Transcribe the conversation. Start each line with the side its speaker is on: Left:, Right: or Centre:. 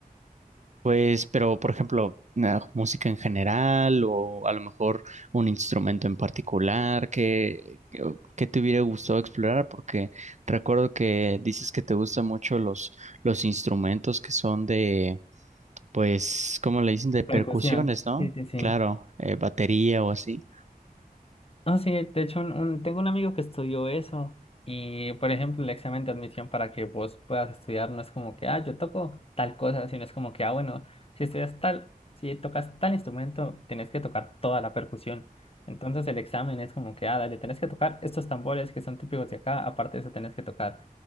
Right: Pues, pero por ejemplo, eh, música en general o a lo mejor un instrumento en particular que, que, que te hubiera gustado explorar, porque recuerdo que dices que te gustan mucho los, los instrumentos que son de, pues, ¿cómo le dicen? De percusiones,
Left: Percusión,
Right: ¿no?
Left: sí, sí, sí.
Right: Claro, eh, batería o así.
Left: No, sí, de hecho un- un- tengo un amigo que estudió eso y, por ejemplo, el examen de admisión para que vos puedas estudiar no es como que, ah, yo toco tal cosa, sino es como que, ah, bueno, si estudias tal, si tocas tal instrumento, tenés que tocar toda la percusión. Entonces el examen es como que, ah, dale, tenés que tocar estos tambores que son típicos de acá, aparte de eso tenés que tocar